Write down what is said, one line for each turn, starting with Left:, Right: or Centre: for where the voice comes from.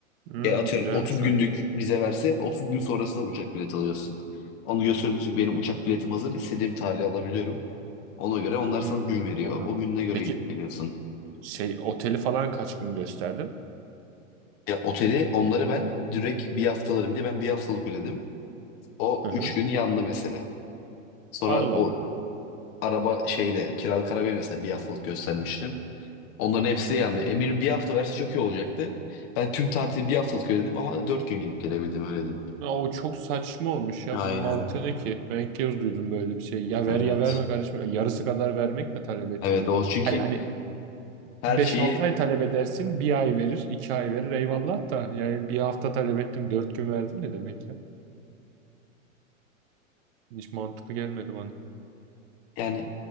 Right: Hmm,
Left: E atıyorum
Right: güzelmiş
Left: 30 günlük
Right: o
Left: vize verse 30 gün sonrasında uçak bileti alıyorsun. Onu gösteriyorsun ki benim uçak biletim hazır istediğim tarihe alabiliyorum. Ona göre onlar sana
Right: Hmm,
Left: gün veriyor.
Right: oradan.
Left: O gününe göre
Right: Peki
Left: gidip geliyorsun.
Right: şey oteli falan kaç gün gösterdin?
Left: Ya oteli onlara ben direkt bir haftalarım diye ben bir haftalık ödedim. O
Right: Hı hı.
Left: 3 gün yandı mesela. Sonra
Right: Allah
Left: o
Right: Allah.
Left: araba şeyde kiralık arabayı mesela bir haftalık göstermiştim. Onların hepsi yandı. Emir bir hafta verse çok iyi olacaktı. Ben tüm tatili bir haftalık ödedim ama dört gün gidip gelebildim öyle diyeyim.
Right: Ya o çok saçma olmuş ya.
Left: Aynen.
Right: Bunun mantığı ne ki? Ben ilk kez duydum böyle bir şey. Ya
Left: Evet.
Right: ver ya verme kardeşim. Yarısı kadar vermek mi talep ettiğimi?
Left: Evet o çünkü
Right: Hani, hani
Left: her
Right: beş
Left: şeyi
Right: altı ay talep edersin. Bir ay verir, iki ay verir. Eyvallah da. Yani bir hafta talep ettim. Dört gün verdim ne demek ya? Hiç mantıklı gelmedi bana.
Left: yani